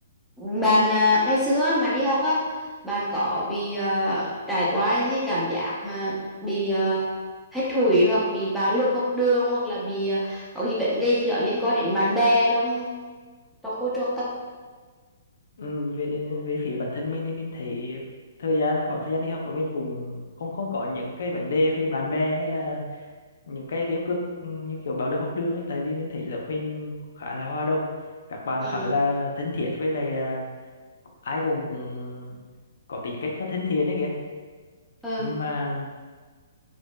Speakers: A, in the centre; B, on the left (about 70°).
A: bạn à, ngày xưa á, mà đi học á bạn có bị à, trải qua cái cảm giác mà bị à, hết thủy hoặc bị bạo lực học đường hoặc là bị à, có cái vấn đề gì đó liên quan đến bạn bè trong trong môi trường học tập
B: Ừ, về về phía bản thân mình thì mình thấy thời gian khoảng thời gian đi học của mình cũng không không có những cái vấn đề về bạn bè hay là những cái tiêu cực ừ, như kiểu bạo lực học đường ấy tại vì mình thấy lớp mình khá là hòa đồng các bạn
A: ừ.
B: khá là thân thiết với lại à, ai cũng cũng có tính cách nó thân thiện đấy kìa
A: Ừ.
B: nhưng mà